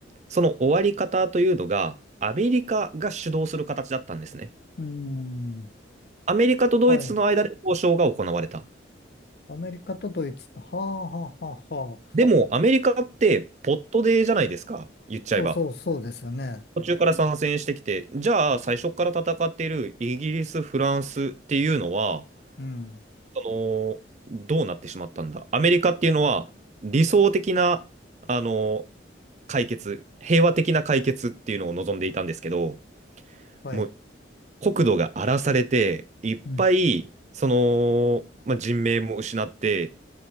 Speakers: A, on the right; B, on the left.
A: その終わり方というのが、アメリカが主導する形だったんですね。
B: うん、
A: アメリカとドイツの間で交渉が行われた。
B: はい。アメリカとドイツと、はあ、はあ、はあ、はあ、
A: でも、アメリカってポットデーじゃないですか、言っちゃえば。
B: そうそう、そうですよね。
A: 途中から参戦してきて、じゃあ最初から戦っているイギリス、フランスっていうのは、
B: うん、
A: その、どうなってしまったんだ。アメリカっていうのは理想的な、あの、解決、平和的な解決っていうのを望んでいたんですけど、
B: はい、
A: もう国土が荒らされて、いっぱい、
B: うん、
A: その、まあ、人命も失ってっ